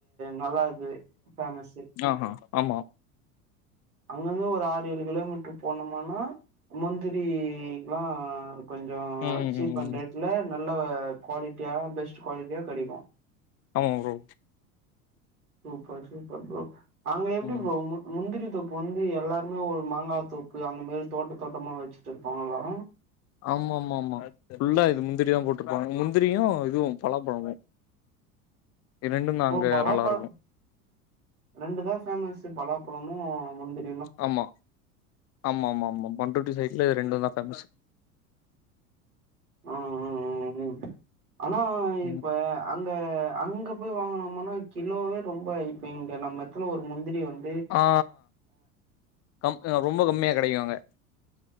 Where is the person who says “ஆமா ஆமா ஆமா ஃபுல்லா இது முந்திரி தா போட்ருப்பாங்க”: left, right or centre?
Left